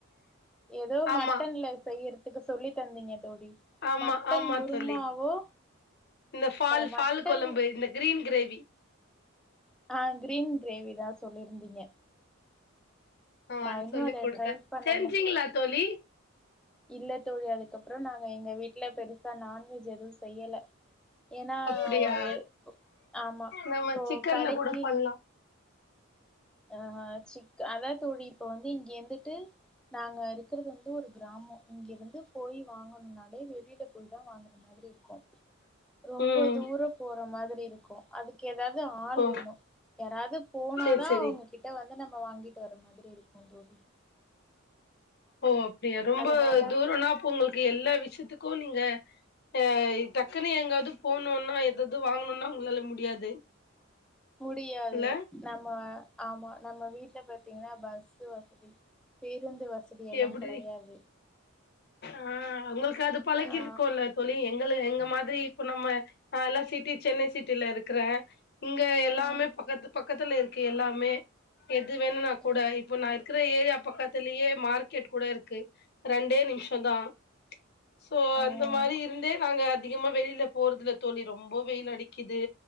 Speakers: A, in the centre; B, on the left.
A: எதோ
B: ஆமா
A: மட்டன்ல செய் யிரதுக்கு சொல்லி தந்தீங்க தோழி
B: ஆமா
A: மட்டன்
B: ஆமா
A: குருமாவோ
B: தோழி இந்த ஃபால்
A: அ
B: ஃபால்
A: மட்டன்
B: கொழம்பு இந்த கிரீன் கிரேவி
A: ஆஹ் கிரீன் கிரேவிதான் சொல்லியிருந்தீங்க
B: ஆ
A: நான்
B: அது
A: இன்னும்
B: சொல்லி
A: அத
B: குடுத்தே
A: ட்ரைப் பண்ணல
B: செஞ்சீங்களா தோழி
A: இல்ல தோழி அதுக்கப்புறம் நாங்க எங்க வீட்டுல பெருச தன் நான் இது எதுவும் செய்யல ஏன்னா
B: அப்டியா
A: ஒ எது ஆமா
B: நம்ம
A: ப்போ
B: சிக்கன்ல
A: கடைக்கு
B: கூட பண்லா
A: அஹ் சிக்கன் அதான் தோழி இப்ப வந்து இங்க இருந்துட்டு நாங்க இருக்கிறது வந்து ஒரு கிராமம் இங்க இருந்து போய் வாங்கணும்னாலே வெளியில போய் தான் வாங்னும் அந்த மாதிரி இருக்கும் ரொம்ப
B: ம்
A: தூர போற மாதிரி இருக்கும் அதுக்கு ஏதாவது ஆள்
B: ஓ
A: வேணும் யாராவது போனாதான்
B: சேரி சேரி
A: அவுங்க கிட்ட வந்து நம்ம வாங்கிட்டு வரமாரி எப்படி இருக்கும் தோழி
B: ஓ அா ரொம்ப
A: அதனால
B: தூரனா அப்போ உங்களுக்கு எல்லா விஷய வச்சத்துக்கும் நீங்க அஹ் டக்குன்னு எங்காவது போணும்னா எது வாங்கணுனா உங்களால முடியாது
A: முடியாது
B: இல்ல
A: நம்ம ஆமா நம்ம வீட்டுல பாத்தீங்கன்னா பஸ்வசதி பேருந்து வசதி எல்லா
B: எப்டி
A: கெடையாது
B: ஆஹ் அவங்களுக்கு அது பழகிருக்குல்ல
A: ஆ
B: தோழி எங் எங்க எங்க மாதிரி இப்ப நம்ம எல்லாம் சிட்டி சென்னை சிட்டில இருக்கிறேன் இங்க எல்லாமே
A: ம்
B: பக்கத்து பக்கத்துல இருக்கு எல்லாமே எது வேணும்னா
A: ம்ஹூம்
B: கூட இப்போ நான் இருக்கிற ஏரியா பக்கத்துலேயே மார்க்கெட் கூட இருக்கு ரெண்டே நிமிஷம் தான் சோ
A: ம்
B: அந்த மாரி இருந்தே நாங்க அதிகமா வெளியில போறதுல தோழி ரொம்ப வெயில் அடிக்குது